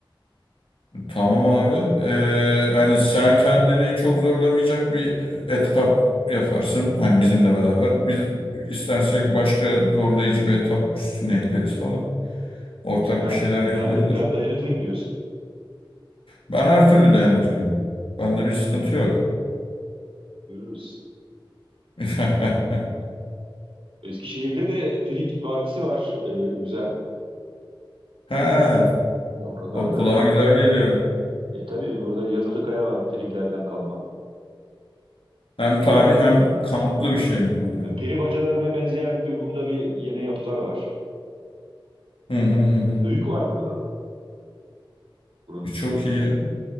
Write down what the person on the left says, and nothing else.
tamam abi. Ee, hani sen kendini çok zorlamayacak bir etap yaparsın. Hani bizimle beraber. Biz istersek başka zorlayıcı bir etap üstüne ekleriz falan. Ortak
bir şeyler
yapılabilir.
Ben her türlü dayanıklıyım. Bende bir sıkıntı yok.
<laughs>
Ha,
o kulağa güzel geliyor.
Hem tarih
hem kamplı bir şey mi oluyor?
Hı hı hı. hı.
E, Çok
iyi.